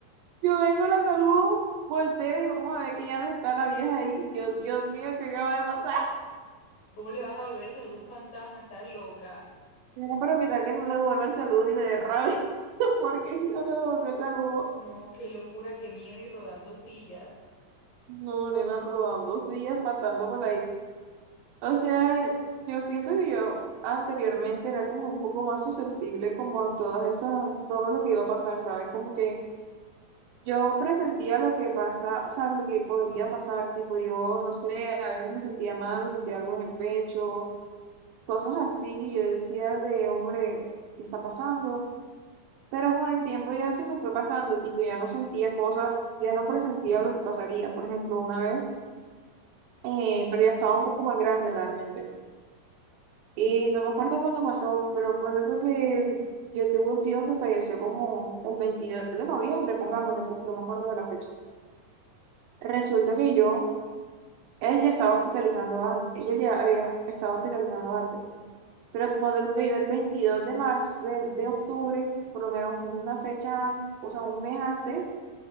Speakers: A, on the right; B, on the left.
A: yo vengo, la saludo, volteo y vamos a ver que ya no está la vieja ahí. Y yo, Dios mío, ¿qué acaba de pasar?
B: ¿Cómo le vas a volver el saludo a un fantasma? Estás loca.
A: <laughs> Era, Pero qué tal que no le devuelva el saludo y le dé rabia, <laughs> porque si no le devolvió el saludo.
B: No, qué locura, qué miedo y rodando sillas.
A: No, nena, robando, sí, espantando por O sea, yo siento que yo anteriormente era como un poco más susceptible como a todas esas, todo lo que iba a pasar, ¿sabes? Como que yo presentía lo que pasa, o sea, lo que podría pasar, tipo yo, no sé, a veces me sentía mal o sentía algo en el pecho, cosas así que yo decía de, hombre, ¿qué está pasando? Pero con el tiempo ya se me fue pasando, tipo ya no sentía cosas, ya no presentía lo que pasaría, por ejemplo, una vez, eh, pero ya estaba un poco más grande realmente. Y no me acuerdo cuándo pasó, pero ponte tú que yo tuve un tío que falleció como el 22 de noviembre, pongámosle, porque no me acuerdo de la fecha. Resulta que yo, él ya estaba hospitalizando antes, ella ya había estado hospitalizando antes. Pero ponte tú que yo el 22 de marzo, de, de octubre, por lo menos una fecha, an- o sea, un mes antes,